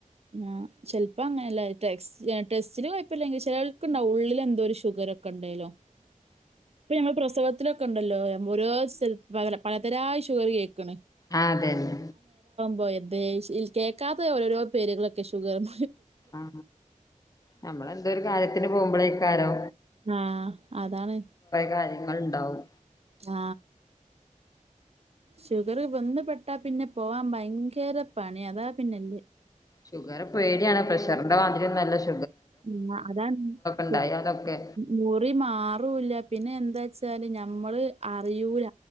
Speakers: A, on the right; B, on the left.
A: ആ ചെൽ ഇപ്പൊ അങ്ങനല്ല ടെക്സ് ടെസ്റ്റില് കൊഴപ്പല്ലെങ്കി ചെലോല്ക്ക് ഇണ്ടാവും ഉള്ളില് എന്തോ ഒരു ഷുഗറ് ഒക്കെയുണ്ടല്ലോ ഇപ്പൊ ഞങ്ങള് പ്രസവത്തിലൊക്കെ ഇണ്ടല്ലോ വോരോ സ്ഥലത്ത് പലതരായ ഷുഗറ് കേക്കണ്
B: ആ അതെ അതെ
A: പോയദതെ കേൾക്കാത്ത ഓരോരോ പേരുകളൊക്കെ ഷുഗറും
B: ആ നമ്മള എന്തോ ഒരു കാര്യത്തിന് പോകുമ്പോളേക്കാരോ
A: ആ അതാണ്
B: കാര്യങ്ങൾ ഉണ്ടാവും
A: ആ ഷുഗർ ബന്ധപ്പെട്ടാ പിന്നെ പോവാൻ ഭയങ്കര പണി അതാ പിന്നെ
B: ഷുഗർ പേടിയാണ് പ്രഷറിന്റെ മാതിരിയൊന്നുമല്ല ഷു
A: <unintelligible>
B: ഉണ്ടായാലൊക്കെ
A: മുരിമറുള്ള പിന്നെ എന്താ ച്ചാല് നഞമ്മള് അറിയൂല